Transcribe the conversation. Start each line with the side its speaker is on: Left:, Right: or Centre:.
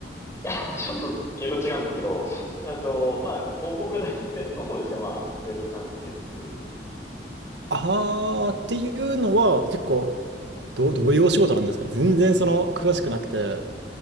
Left: いや、ちょっと系統違うんですけど、えっと、まあ広告代理店の方ですかまあウェブ関係の特に。
Right: あーっていうのは、結構、どう、どういうお仕事なんですか全然その、詳しくなくて。は